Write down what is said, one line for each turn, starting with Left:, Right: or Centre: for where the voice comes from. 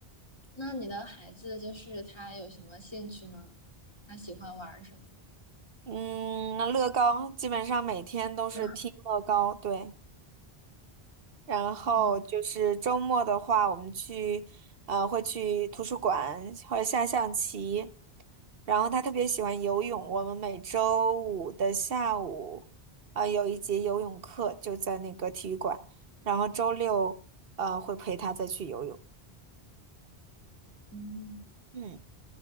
Left: 那你的孩子就是他有什么兴趣吗？他喜欢玩儿什么？
Right: 嗯，乐高基本上每天都是拼乐高，
Left: <laughs>
Right: 对。然后就是周末的话，
Left: 哦，
Right: 我们去呃会去图书馆或者下象棋。然后他特别喜欢游泳，我们每周五的下午啊、有一节游泳课就在那个体育馆，然后周六呃会陪他再去游泳。
Left: 嗯，
Right: 嗯